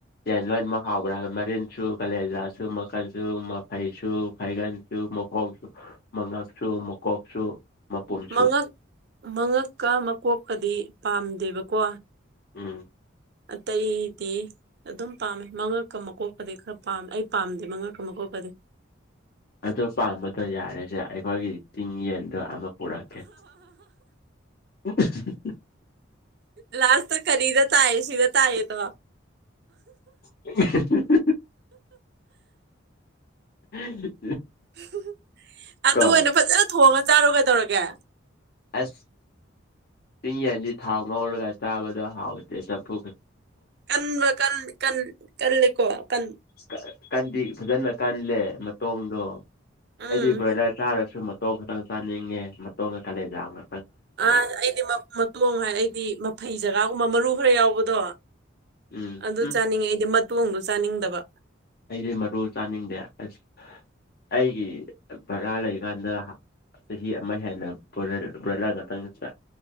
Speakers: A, on the left; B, on the right.
A: ꯌꯦꯟ ꯂꯣꯏꯅꯃꯛ ꯍꯥꯎꯕ꯭ꯔꯥ ꯍꯥꯕ ꯃꯔꯤꯟꯖꯨ ꯀꯥꯂꯦꯖꯥꯖꯨ ꯃꯀꯟꯖꯨ ꯃꯐꯩꯖꯨ ꯐꯥꯢꯒꯟ ꯖꯨ ꯃꯀꯣꯛ ꯃꯉꯛꯁꯨ ꯃꯀꯣꯛꯁꯨ ꯃꯄꯨꯝꯁꯨ
B: ꯃꯉꯛ ꯃꯉꯛꯀ ꯃꯀꯣꯛꯀꯗꯤ ꯄꯥꯝꯗꯦꯕꯀꯣ
A: ꯎꯝ
B: ꯑꯥꯇꯩꯗꯤ ꯑꯗꯨꯝ ꯄꯥꯝꯃꯦ ꯃꯉꯛꯀ ꯃꯀꯣꯛꯀꯗꯤ ꯈꯔ ꯄꯥꯝ ꯑꯩ ꯄꯥꯝꯗꯦ ꯃꯉꯛꯀ ꯃꯀꯣꯛꯀꯗꯤ
A: ꯑꯗꯨ ꯄꯥꯝꯕꯗꯣ ꯌꯥꯔꯦꯁꯦ ꯑꯩꯈꯣꯏꯒꯤ ꯆꯤꯡ ꯌꯦꯟꯗꯣ ꯑꯃꯥ ꯄꯨꯔꯛꯀꯦ <unintelligible>
B: ꯂꯥꯁꯇ ꯀꯔꯤꯗ ꯇꯥꯏ ꯁꯤꯗ ꯇꯥꯏ ꯗꯣ
A: <unintelligible> <unintelligible>
B: <unintelligible> ꯑꯗꯨ
A: ꯀꯣ
B: ꯑꯣꯏꯅ ꯐꯖꯟ ꯊꯣꯡꯉ ꯆꯥꯔꯣ ꯀꯩꯗꯧꯔꯒꯦ
A: ꯑꯁ ꯆꯤꯡ ꯌꯦꯟꯗꯤ ꯊꯥꯎ ꯉꯧꯔꯒ ꯆꯥꯕꯗꯣ ꯍꯥꯎꯇꯦꯗ ꯄꯨꯛ
B: ꯀꯟꯕ ꯀꯜ ꯀꯜ ꯀꯜꯂꯦꯀꯣ ꯀꯟ
A: ꯀꯥ ꯀꯟꯗꯤ ꯐꯖꯅ ꯀꯟꯂꯦ ꯃꯇꯣꯡꯗꯣ
B: ꯎꯝ
A: ꯑꯩꯗꯤ ꯕ꯭ꯔꯣꯏꯂꯔ ꯆꯥꯔꯁꯨ ꯇꯣꯡ ꯈꯛꯇꯪ ꯆꯥꯅꯤꯡꯉꯦ ꯃꯇꯣꯡꯒ ꯀꯥꯂꯦꯟꯖꯥꯒ
B: ꯑꯥ ꯑꯩꯗꯤ ꯃꯥ ꯃꯇꯣꯡ ꯍꯥꯏ ꯑꯩꯗꯤ ꯃꯐꯩ ꯖꯒꯥꯒꯨꯝꯕ ꯃꯔꯨ ꯈꯔ ꯌꯥꯎꯕꯗꯣ
A: ꯎꯝ
B: ꯑꯗꯨ
A: ꯎꯝ
B: ꯆꯥꯅꯤꯡꯉꯦ ꯑꯩꯗꯤ ꯃꯇꯣꯡꯗꯣ ꯆꯥꯅꯤꯡꯗꯕ
A: ꯑꯩꯗꯤ ꯃꯔꯨ ꯆꯥꯅꯤꯡꯗꯦ ꯑꯁ ꯑꯩꯒꯤ ꯕꯥꯔꯥ ꯂꯩꯀꯥꯟꯗ ꯆꯍꯤ ꯑꯃ ꯍꯦꯟꯅ <unintelligible> ꯕ꯭ꯔꯣꯏꯂꯔ ꯉꯛꯇꯪ ꯆꯥ